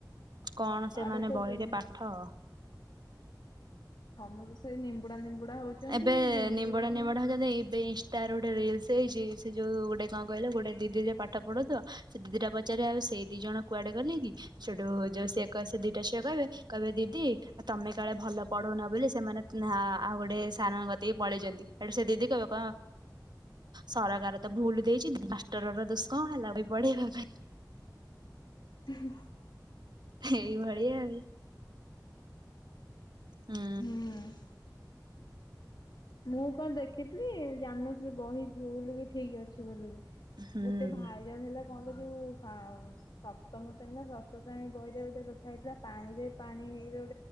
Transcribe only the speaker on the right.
କଣ ସେମାନେ
ବହିରେ
ପାଠ
ଏବେ
ନିମ୍ବଡା
ନିମ୍ବଡ଼ା ହଉଚନ୍ତି ଏବେ ଇନ୍‌ଷ୍ଟା ରୁ ଗୋଟେ ରିଲସ୍ <unintelligible> ଗୋଟେ କଣ କହିଲ ଗୋଟେ ଦିଦି ଯେ ପାଠ ପଢ଼ଉଥିବ ସେ ଦିଦି ଟା ପଚାରିବ ଆଉ ସେ ଦି ଜଣ କୁଆଡେ ଗଲେ କି ସେଠୁ ଯୋଉ ସିଏ <unintelligible> ସେ ଦିଟା ଝିଅ କହିବେ କହିବେ ଦିଦି ଆ ତମେ କାଳେ ଭଲ ପଢଉ ବୋଲି ସେମାନେ ହଁ ଆଉ ଗୋଟେ ସାର୍‌ଙ୍କ କତିକି ପଳେଇଚନ୍ତି ସେଠୁ ସେ ଦିଦି କହିବେ ସରକାର ତ ଭୁଲ୍ ଦେଇଚି ମାଷ୍ଟର ର ଦୋ କଣ ହେଲା ଭାଇ ପଢେଇବା ପାଇଁ।
ହେଇ ଭଳିଆ ଆଉ। ହୁଁ।
ହୁଁ